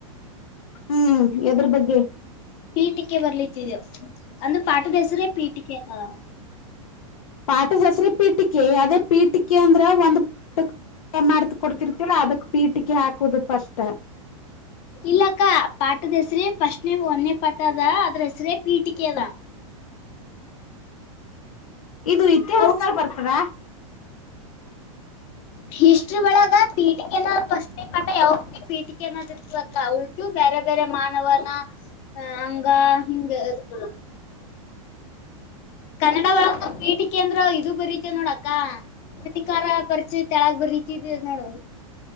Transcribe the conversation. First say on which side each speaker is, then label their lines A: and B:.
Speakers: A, on the left; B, on the left.
A: ಹ್ಮ್ ಎದರ ಬಗ್ಗೆ
B: ಪೀಟಿಕೆ ಬರ್ಲಿತ್ತಿದೇವು ಅಂದ್ರ ಪಾಠದ ಹೆಸರೇ ಪೀಟಿಕೆ ಅಲ್ಲದ
A: ಪಾಠ ಸಸರಿ ಪೀಟಿಕೆ ಅದೇ ಪೀಟಿಕೆ ಅಂದ್ರ ಒಂದು ಟ ಮಾಡ್ ಕೊಡ್ತಿರ್ತಿಲ್ಲ ಅದಕ್ ಪೀಟಕಿ ಹಾಕ ಕುದುಪಷ್ಟ
B: ಇಲ್ಲಕ್ಕ ಪಾಠದ ಹೆಸ್ರ ಫಸ್ಟ್ನ ಒಂದೇ ಪಾಠ ಅದ ಅದ್ರ ಹೆಸ್ರೇ ಪೀಟಿಕೆ ಅದ
A: ಇದು ಇತಿಹಾಸದಾಗ
B: ಅವು
A: ಬರ್ತದ
B: ಹಿಸ್ಟ್ರಿ ಒಳಗ ಪೀಟಿಕೆನ ಪಟ್ಟೆ ಪಠ ಯಾವ ಪೀಟಿಕನ್ನ ತಿತ್ಬೇಕ ಅವಗೂ ಬೇರೆ ಬೇರೆ ಮಾನವನ ಹ ಹಂಗ ಹಿಗೆ ಇತ ಕನ್ನಡಳ ಪೇಟಿಕೇ ಅಂದ್ರ ಇದು ಬರೀತಿ ನೋಡಕ್ಕ ಪ್ರತಿಕಾರ ಪರಿಚಯ ತಳಗ ಬರೀತಿ ನೋಡು